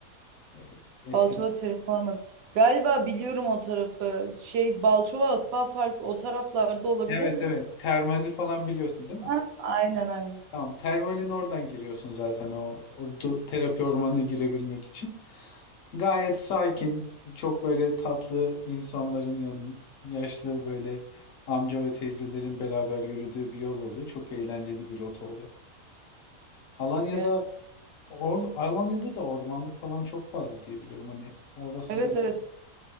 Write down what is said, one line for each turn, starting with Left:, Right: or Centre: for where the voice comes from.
Left: E, eskiden.
Right: Balçova Terraforma'nın. Galiba biliyorum o tarafı. Şey Balçova Aquapark o taraflarda olabilir
Left: Evet
Right: mi?
Left: evet. Termali falan biliyorsun değil mi?
Right: Ha, aynen aynen.
Left: Tamam. Termalin oradan giriyorsun zaten o, o do- terapi ormanına girebilmek için. Gayet sakin, çok böyle tatlı insanların yani yaşlı böyle amca ve teyzelerin beraber yürüdüğü bir yol oluyor. Çok eğlenceli bir rota oluyor. Alanya'da
Right: Gerçi.
Left: or, Alanya'da da ormanlık falan çok fazla diye biliyorum. Hani orası
Right: Evet
Left: da
Right: evet.